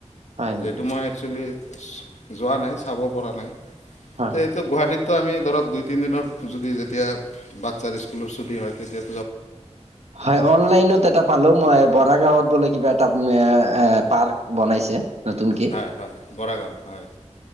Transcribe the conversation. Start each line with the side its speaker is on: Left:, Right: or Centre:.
Right: হয় নেকি
Left: এইটো মই একচুৱেলি যোৱা নাই চাব পৰা নাই।
Right: হয়
Left: এইটো গুৱাহাটীতটো আমি ধৰক দুই তিন দিনৰ যদি যেতিয়া চাৰ স্কুলৰ ছুটি হয় তেতিয়া
Right: হয়, অনলাইনত এটা পালো মই বৰা গাঁৱত বোলে কিবা এটা এ পাৰ্ক বনাইছে নতুনকে।
Left: হয় হয় বৰাগাঁও হয়,